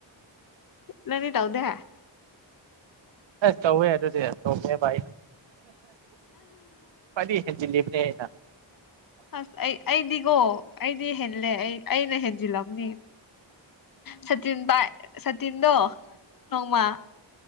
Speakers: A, on the left; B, on the right.
A: ꯅꯅꯤ ꯇꯧꯗ
B: ꯑꯁ ꯇꯧꯋꯦ ꯑꯗꯨꯗꯤ ꯇꯧꯦ ꯚꯥꯏ ꯐꯅꯤ ꯜꯂꯤ ꯐ ꯂꯩ
A: ꯑꯁ ꯑꯩ ꯑꯩꯗꯤꯀꯣ ꯑꯩꯗꯤ ꯍꯦꯜꯂꯦ ꯑꯩ ꯑꯩꯅ ꯍꯦꯟꯖꯤꯜꯂꯝꯕꯅꯤ ꯁꯇꯤꯟ ꯄꯥꯏ ꯁꯇꯤꯟꯗꯣ ꯅꯣꯡꯃ